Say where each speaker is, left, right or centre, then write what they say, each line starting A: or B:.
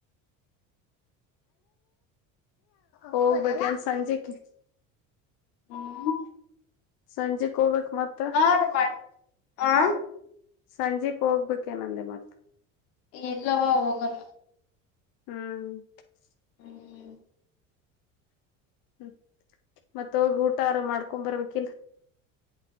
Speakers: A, on the left; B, on the left.
A: ಹೋಗ್ಬೇಕನ್ ಸಂಜೆಕ್ಕೆ
B: ಹ್ಮ್
A: ಸಂಜೆ ಕೋವ ಮತ್ತ
B: ಹಾ ರೀ ಮಾಡಿ ಆ
A: ಸಂಜೆಕ್ ಹೋಗ್ಬೇಕೆ ನಂದೆ ಮತ್ತ
B: ಎಲ್ಲವಾ ಹೋಗಣ
A: ಹ್ಮ್
B: ಹ್ಮ್
A: ಹ್ಮ ಮತ್ತ ಹೋಗಿ ಊಟ ಆರ ಮಾಡ್ಕೊ್ ಬರ್ಬೇಕಿಲ್